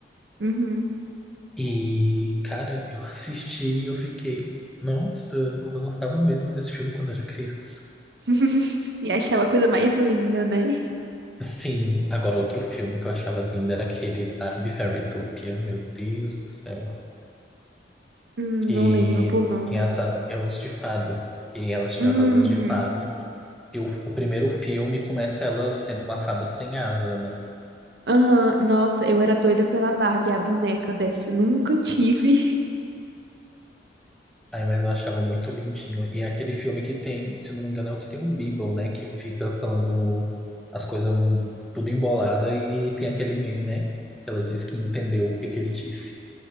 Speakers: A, on the right; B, in the centre.
A: Uhum.
B: E, cara, eu assisti e eu fiquei, nossa, eu gostava mesmo desse filme quando era criança.
A: <laughs> E achava a coisa mais linda, né?
B: Sim, agora outro filme que eu achava lindo era aquele Barbie Fairytopia. Meu Deus do céu.
A: Hum,
B: que
A: não lembro por nome.
B: tem as a- é os de fada. E elas tinham
A: Uhum.
B: as asas de fada. E o, o primeiro filme começa ela sendo uma fada sem asa, né?
A: Aham, Nossa, eu era doida pela Barbie, a boneca dessa. Nunca tive. <laughs>
B: Ai, mas eu achava muito lindinho. E é aquele filme que tem, se eu não me engano, é o que tem o Beeble, né? Que fica falando as coisas tudo embolada e tem aquele meme, né? Ela diz que entendeu o que que ele disse.